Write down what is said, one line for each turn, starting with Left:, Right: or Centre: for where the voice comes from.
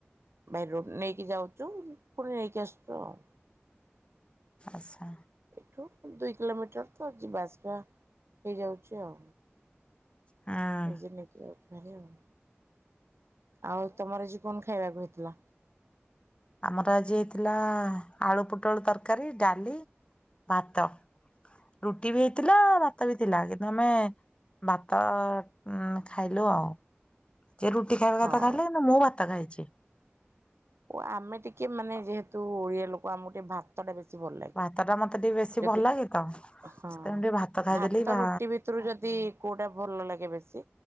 Right: ଭାଇ ରୋ ନେଇକି ଯାଉଚୁ ପୁଣି ନେଇକି ଆସୁଛୁ ଆଉ।
Left: ଆଶା।
Right: ଏଠୁ ଦୁଇ କିଲୋମିଟର ତ ଯିବା ଆସିବା ହେଇଯାଉଛି ଆଉ।
Left: ହୁଁ
Right: ନିଜେ ନିଜେ ଯାଉଛୁ ଭାରି ଆଉ ଆଉ ତମର ଆଜି କଣ ଖାଇବାକୁ ହେଇଥିଲା?
Left: ଆମର ଆଜି ହେଇଥିଲା ଆଳୁ ପୋଟଳ ତରକାରୀ ଡାଲି ଭାତ ରୁଟି ବି ହେଇଥିଲା ଭା ଭାତ ବି ଥିଲା କିନ୍ତୁ ଆମେ ଭାତ ଖାଇଲୁ ଆଉ। ସେ ରୁଟି ଖାଇବା
Right: ହଁ
Left: କଥା ଖାଇଲା ନା ମୁଁ ଭାତ ଖାଇଛି।
Right: ଓ ଆମେ ଟିକେ ମାନେ ଯେହେତୁ ଓଡ଼ିଆ ଲୋକ ଆମକୁ ଟିକେ ଭାତ ଭାତ ଟା ବେଶୀ ଭଲ ଲାଗେ
Left: ଭାତ ଟା ମତେ ଟିକେ ବେଶୀ
Right: ଯଦି
Left: ଭଲ ଲାଗେ ତ ସେଥିପାଇଁ
Right: ହଁ
Left: ମୁଁ ଟିକେ ଖାଇଦେଲି
Right: ଭାତ
Left: ଭା
Right: ରୁଟି ବି ଏଥିରୁ ଯଦି କୋଉଟା ଭଲ ଲାଗେ ବେଶୀ